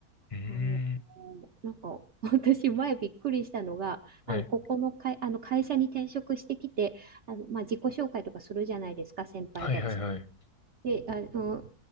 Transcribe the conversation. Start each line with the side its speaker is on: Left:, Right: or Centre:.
Left: ーん。
Right: あの、なんか <laughs> 私前びっくりしたのが、あの、
Left: はい
Right: ここの会、あの会社に転職してきて、あの、まあ、自己紹介とかするじゃないですか、先輩たちと。
Left: はいはいはい。
Right: で、あの、